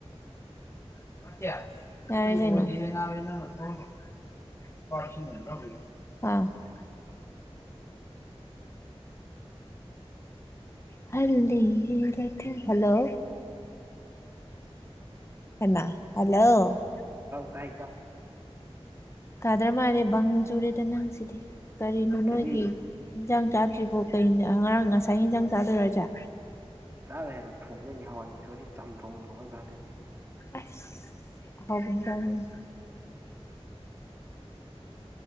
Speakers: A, on the left; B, on the right.
A: ꯏꯆꯦ ꯌꯥꯔꯦ ꯀꯩꯅꯣ ꯑꯥꯡ ꯍꯜꯗꯤꯌꯦ ꯂꯦꯛ ꯊꯥ ꯍꯜꯂꯣ ꯍꯟꯅ ꯍꯜꯂꯣ
B: ꯇꯥꯏꯗꯥ
A: ꯀꯥꯗ꯭ꯔꯥ ꯃꯥꯂꯦ ꯕꯪ ꯆꯨꯔꯦꯗ ꯅꯪꯁꯤꯗꯤ ꯀꯔꯤꯅꯣ
B: ꯀꯔꯤ
A: ꯅꯣꯏꯒꯤ ꯏꯟꯖꯥꯡ ꯆꯥꯗ꯭ꯔꯤꯕꯣ ꯀꯔꯤ ꯏꯟꯖꯥꯡ ꯑ ꯉꯔꯥꯡ ꯉꯁꯥꯏ ꯍꯤꯟꯖꯥꯡ ꯆꯥꯗꯣꯏꯔꯣ ꯍꯥꯏꯖꯦ
B: ꯆꯥꯔꯣꯏ ꯍꯥꯏꯕ ꯊꯣꯡꯗꯣꯏꯅꯤ ꯍꯋꯥꯏ ꯃꯨꯁꯣꯔꯤ ꯆꯝꯊꯣꯡ ꯊꯣꯡꯉ ꯆꯥꯗꯣꯏꯅꯦ
A: ꯑꯁ ꯑꯍꯥꯎꯕ ꯑꯃ ꯆꯥꯗꯣꯏꯅꯤ